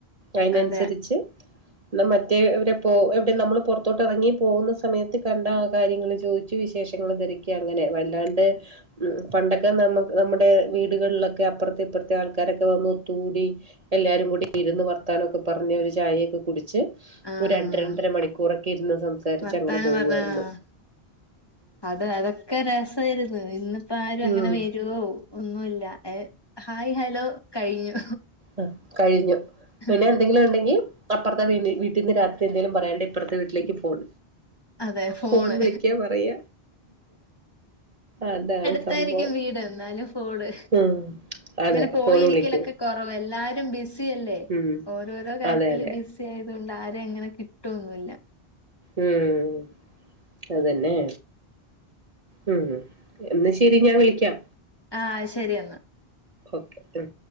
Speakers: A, on the right; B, on the left.
A: അയിനനുസരിച്ച്
B: അതെ
A: ഇന്നാ മറ്റേ ഇവരെ പോ എവിടെ നമ്മൾ പുറത്തോട്ട് എറങ്ങി പോകുന്ന സമയത്ത് കണ്ട കാര്യങ്ങൾ ചോദിച്ചു വിശേഷ ങ്ങൾ തെരാക്കിയ അങ്ങനെ വല്ലാണ്ട് ഉം പണ്ടൊക്കെ നമ്മക് നമ്മുടെ വീടുകളിലൊക്കെ അപ്പുറത്തെ ഇപ്പുറത്തെ ആൾക്കാരൊക്കെ വന്ന് കൂടി എല്ലാരും കൂടി ഇരുന്ന് വർത്താനൊക്കെ പറഞ് ഒരു ചായയൊക്കെ കുടിച്ച്
B: ആഹ്
A: ഒരു രണ്ട് രണ്ടര മണിക്കൂറൊക്കെ ഇരുന്ന് സംസാരിച്ച്
B: വർത്താനം
A: അങ്ങനെ പോവുവായിരുന്നു
B: പറഞ്ഞ ആഹ് അത് അതൊക്കെ രസവായിരുന്നു ഇന്നിപ്പോ ആരും അങ്ങനെ
A: ഉം
B: വരുവോ ഒന്നുല്ല ഏ ഹായ് ഹലോ കഴിഞ്ഞു
A: ആഹ് കഴിഞ്ഞു പിന്നെ
B: അതെ
A: എന്തെങ്കിലുണ്ടെങ്കി അപ്പറത്തെ വീടി വീട്ടിന്ന് രാത്രി എന്തെലും പറയാണ്ടെ ഇപ്പുറത്തെ വീട്ടിലേക്ക് ഫോൺ
B: അതെ ഫോണ്
A: ഫോൺ വിളിക്യാ പറയാ അതാണ്
B: അടുത്തായിരിക്കും
A: സംഭവം
B: വീട് എന്നാലും ഫോണ്
A: ഉം അതെ
B: അങ്ങനെ പോയിരിക്കലൊക്കെ
A: ഫോൺ വിളിക്കൂ
B: കൊറവ് എല്ലാരും ബിസി അല്ലേ
A: ഉം
B: ഓരോരോ കാര്യത്തില്
A: അതെ അതെ
B: ബിസി ആയതുകൊണ്ട് ആരെ അങ്ങനെ കിട്ടുവൊന്നുഇല്ല
A: ഉം അതന്നെ ഉം ഉം എന്ന ശെരി ഞാൻ വിളിക്കാം
B: ആഹ് ശരി എന്ന
A: ഓക്കെ ഉം